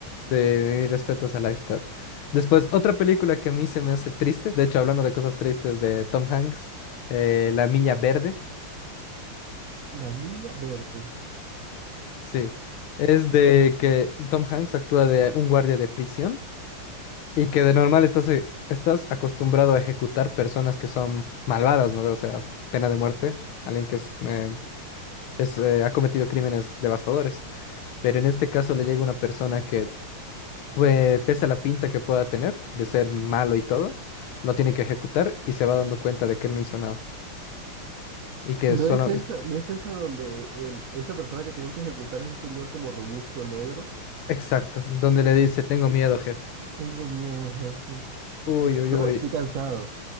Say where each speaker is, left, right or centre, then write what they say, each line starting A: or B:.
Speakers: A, on the left (about 75°); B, on the right (about 60°).
A: sí, mis respetos al actor. Después, otra película que a mí se me hace triste, de hecho, hablando de cosas tristes de Tom Hanks, eh, La Milla Verde.
B: La niña verde.
A: Sí, es de que Tom Hanks actúa de un guardia de prisión y que de normal estás, eh, estás acostumbrado a ejecutar personas que son malvadas, ¿no? O sea, pena de muerte, alguien que es, eh, es, eh, ha cometido crímenes devastadores. Pero en este caso le llega una persona que, pues, pese a la pinta que pueda tener de ser malo y todo, lo tiene que ejecutar y se va dando cuenta de que él no hizo nada y que
B: No
A: solo
B: es esa,
A: es...
B: no es esa donde el, esa persona que tienen que ejecutar es un señor como robusto negro.
A: Exacto, donde le dice, tengo miedo, jefe.
B: Tengo miedo, jefe. Estoy,
A: Uy,
B: ca-
A: uy,
B: no,
A: uy.
B: estoy cansado.